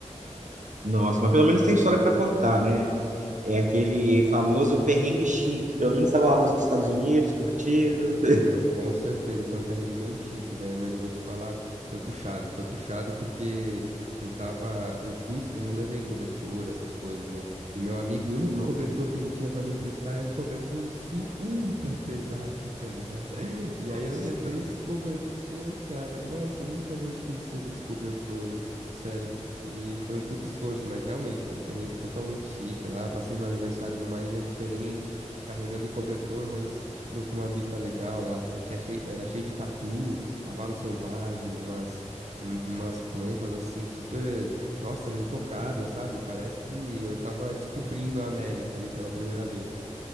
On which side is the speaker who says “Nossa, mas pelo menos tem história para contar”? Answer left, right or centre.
Right